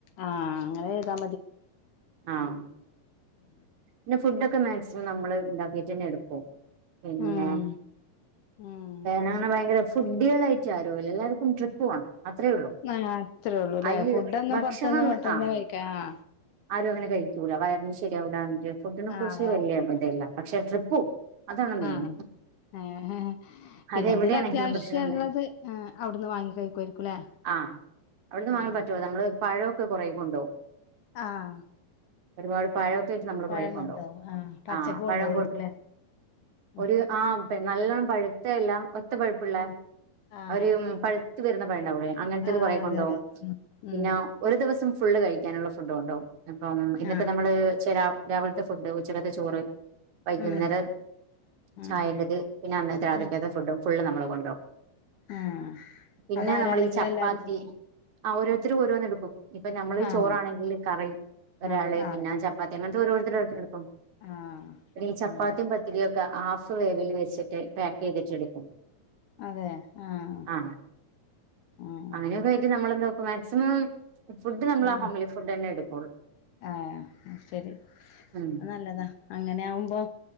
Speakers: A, on the left (about 70°); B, on the right (about 60°).
A: ആഹ് അങ്ങനെ ചെയ്താ
B: ആഹ
A: ഉം
B: പിന്നെ ഫുഡൊക്കെ മാക്സിമം നമ്മള് ഉണ്ടാക്കിട്ട് തന്നെ എടുക്കും. പിന്നെ
A: ഉം ഉം
B: നങ്ങനെ ഭയങ്കര ഫുഡികളായിട്ട് ആരുല്ല എല്ലാവർക്കും ട്രിപ്പ് പോണം. അത്രേ ഉള്ളൂ
A: ആ അത്രേ ഉള്ളൂ ല്ലേ
B: അതില്
A: ഫുഡ് ഒന്നും
B: ഭക്ഷണം
A: പുറത്തന്ന് ഹോട്ടല
B: ആ
A: കഴിക്കാ ആ
B: ആരും അങ്ങനെഴിക്കൂല വയറിന് ശരിയാകൂലാ ഫുഡിനെ
A: ആഹ്
B: കുറിച്ച് വലിയ
A: ആഹ്
B: ഇതല്ല പക്ഷെ ട്രിപ്പു പോവും അതാണ് മെയിൻ
A: ആഹ് ഏഹ് പിന്നെ
B: അതെവിടെയാണെങ്കിലും
A: എന്തേലും അത്യാവശ്യള്ളത്
B: പ്രശ്നല്ലാ
A: ആഹ് അവിടുന്ന് വാങ്ങി കഴിക്കുവായിരിക്കുംല്ലേ
B: ആഹ് അവിടുന്ന് വാങ്ങാൻ
A: ആഹ്
B: പറ്റുമോ നമ്മള് പഴമൊക്കെ കുറേ കൊണ്ടോവും
A: ആഹ്
B: ഒരുപാട് പഴമൊക്കെ
A: ആഹ്
B: ആട്ട് നമ്മള്
A: പഴം
B: കുറ കൊണ്ടുപോകും
A: കൊണ്ടോ ആഹ് പച്ചക്ക്
B: ആ
A: കൊണ്ടോവായിരിക്കുംല്ലേ
B: പഴം കൊട്ട
A: ഉം
B: ഒരു ആ നല്ലോണ്ണം പഴ അതല്ല <inaudible> ഒത്ത പഴുപ്പുള്ള
A: ആഹ് ആഹ്
B: അവര് പഴുത്തത്ത് വരുന്ന പഴംണ്ടാവുള്ള അങ്ങനത്തത്
A: ആഹ്
B: കുറെേ
A: അതെ
B: കൊണ്ടു പോകും
A: അതെ ഉം ഉം
B: പിന്നെ ഒരു ദിവസം ഫുള്ള് കഴിക്കാനുള്ള ഫുഡ്‌ കൊണ്ടോവും അപ്പം ഇന്നിപ്പ
A: ആഹ്
B: നമ്മള് ചില രാവിലത്തെ ഫുഡ് ഉച്ചക്കത്തെ ചോറ് വൈകുന്നേരം
A: ഉം ഉം
B: ചായേറത് പിന്നെ അന്നത്തെ രാത്രിക
A: ഉം
B: ഫുഡും ഫുള് നമ്മള് കൊണ്ടോവും
A: ആഹ്
B: പിന്നെ
A: അതാരാ
B: നമ്മൾ
A: നിങ്ങളെല്ലാരും
B: ഈ ചപ്പാത്തി ഓരോരുത്തരും ഓരോന്ന് എടുക്കും ഇപ്പൊ നമ്മൾ
A: ആഹ്
B: ചോറാണെങ്കിൽ. കറയും <unintelligible>
A: ആഹ് ആഹ്
B: പിന്നെ ചപ്പാത്തി അങ്ങത്തെ ഓരോര്ത്തര് ഓരോര്ത്തര്
A: ആഹ്
B: പിന്നെ ഈ ചപ്പാത്തിയും
A: അങ്ങനെ
B: പത്തിരി ഒക്കെ ആഫ് വേവിൽ വെച്ചിട്ട് പാക്ക് ചെയ്തിട്ടെടുക്കും.
A: അതെ ആഹ്
B: ആഹ
A: ആഹ്
B: അങ്ങനെയൊക്കെ ആയിട്ട് നമ്മള മാക്സിമം ഫുഡ് നമ്മള
A: ഉം
B: ഹോംലി ഫുഡ് അതന്നെടും
A: ആഹ് ശരി
B: ഉം
A: നല്ലതാ അങ്ങനെ ആകുമ്പോ